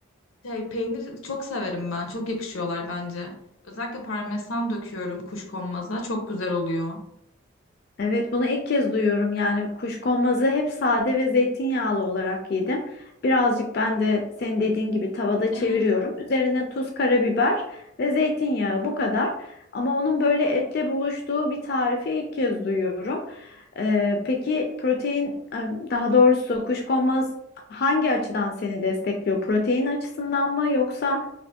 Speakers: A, on the left (about 85°); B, on the left (about 50°).
A: şey, peynir çok severim ben. Çok yakışıyorlar bence. Özellikle parmesan döküyorum kuşkonmaza. Çok güzel oluyor.
B: Evet, bunu ilk kez duyuyorum. Yani kuşkonmazı hep sade ve zeytinyağlı olarak yedim. Birazcık ben de senin dediğin gibi tavada
A: <laughs>
B: çeviriyorum. Üzerine tuz, karabiber ve zeytinyağı bu kadar. Ama onun böyle etle buluştuğu bir tarifi ilk kez duyuyorum. Ee, peki protein, daha doğrusu kuşkonmaz hangi açıdan seni destekliyor? Protein açısından mı yoksa